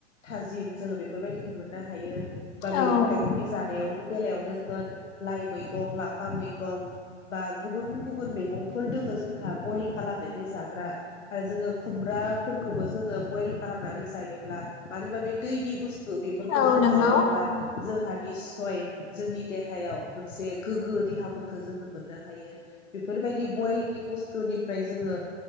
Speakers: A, on the left; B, on the left.
A: थाजिम जोङो बेफोरबायदिखौ मोन नो हायो। बा मैगं
B: औ
A: थाइगंनि जानायाव बेलायावनो होन लाइ मैगं, लाफा मैगं बा गुबुन गुबुन मेगंफोर दोङो जोंहा बइल खालामनानै जाग्रा आरो जोङो खुमब्राफोरखौबो जोङो बयेल खालामनानै जायोब्ला मानो होमबा बे दैनि बुस्थु बेफोर जोङो
B: औ नंगौ
A: जायोब्ला जोंहा। निस्सय जोंनि देहायाव मोनसे गोग्गो देहाफोरखौ जोङो मोननो हायो बेफोरबायदि बयलनि बुस्थुनिफ्राय जोङो